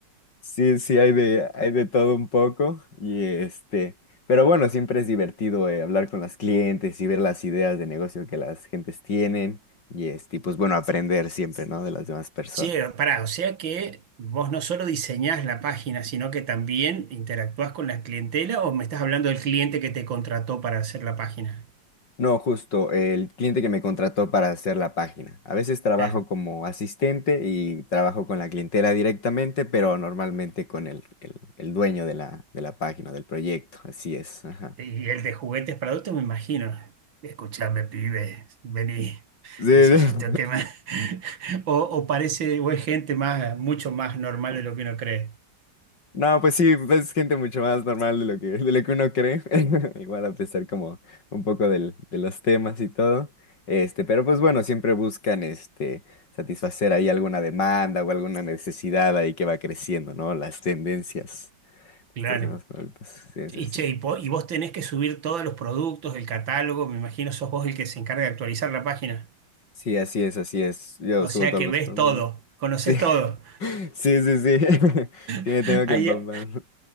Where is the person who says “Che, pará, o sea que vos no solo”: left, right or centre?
Right